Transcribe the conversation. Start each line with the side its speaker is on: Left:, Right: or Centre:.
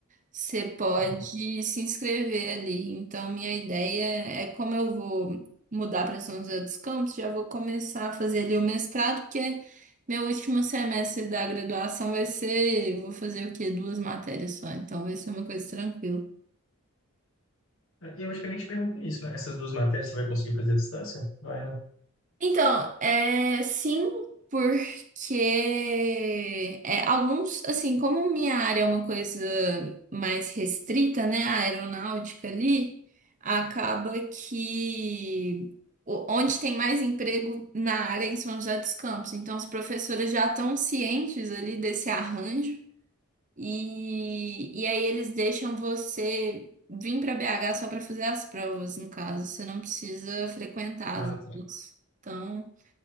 Right: você pode
Left: Uhum.
Right: se inscrever ali. Então, minha ideia é como eu vou mudar para São José dos Campos, já vou começar a fazer ali o mestrado, porque meu último semestre da graduação vai ser, eu vou fazer o quê? Duas matérias só, então vai ser uma coisa tranquila.
Left: Eu acho que eu nem te perguntei isso, né? Essas duas matérias você vai conseguir fazer à distância? Vai, né?
Right: Então, é, sim, porque é, alguns, assim, como minha área é uma coisa mais restrita, né, a aeronáutica ali, acaba que o- onde tem mais emprego na área é em São José dos Campos, então os professores já estão cientes ali desse arranjo e, e aí eles deixam você vir para BH só para fazer as provas, no caso, você não precisa frequentar
Left: Ah,
Right: as
Left: tá.
Right: aulas. Então,